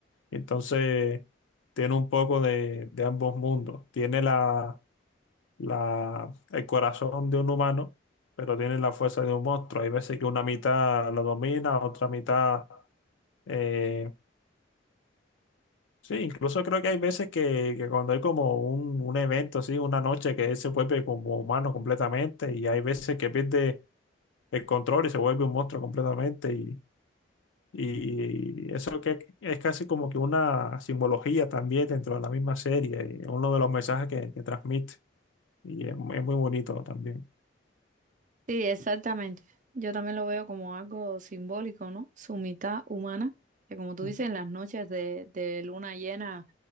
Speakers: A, on the left; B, on the right.
A: Entonces, tiene un poco de, de ambos mundos. Tiene la la, el corazón de un humano, pero tiene la fuerza de un monstruo. Hay veces que una mitad lo domina, otra mitad... eh, sí, incluso creo que hay veces que, que cuando hay como un, un evento, así, una noche que él se vuelve como humano completamente y hay veces que pierde el control y se vuelve un monstruo completamente y... Y eso que es casi como que una simbología también dentro de la misma serie, y uno de los mensajes que, que transmite. Y es, mu- es muy bonito también.
B: Sí, exactamente. Yo también lo veo como algo simbólico, ¿no? Su mitad humana, que como tú
A: Ujú.
B: dices, en las noches de, de luna llena,